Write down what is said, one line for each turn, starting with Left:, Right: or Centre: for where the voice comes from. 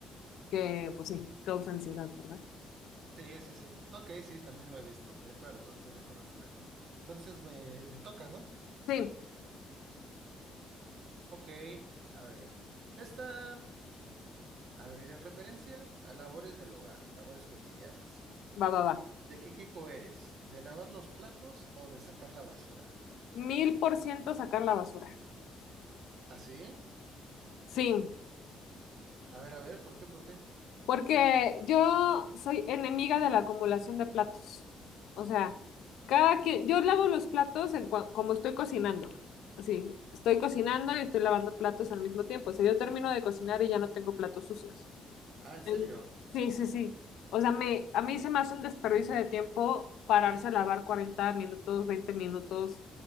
Left: que, pues sí, causa ansiedad, ¿verdad?
Right: Sí, sí, sí. Ok, sí, también lo he visto. De acuerdo, estoy de acuerdo, estoy de acuerdo. Entonces me, me toca, ¿no?
Left: Sí,
Right: Ok, a ver. Esta, a ver, en referencia a labores del hogar, labores cotidianas.
Left: va, va, va.
Right: ¿De qué equipo eres? ¿De lavar los platos o de sacar la basura?
Left: Mil por ciento sacar la basura.
Right: ¿Así?
Left: Sí,
Right: a ver, a ver, ¿por qué, por qué?
Left: Porque yo soy enemiga de la acumulación de platos. O sea, cada quien, yo lavo los platos en cua- como estoy cocinando. Así, estoy cocinando y estoy lavando platos al mismo tiempo. O sea, yo termino de cocinar y ya no tengo platos sucios.
Right: Ah, ¿en serio?
Left: En- Sí, sí, sí. O sea, me, a mí se me hace un desperdicio de tiempo pararse a lavar 40 minutos, 20 minutos,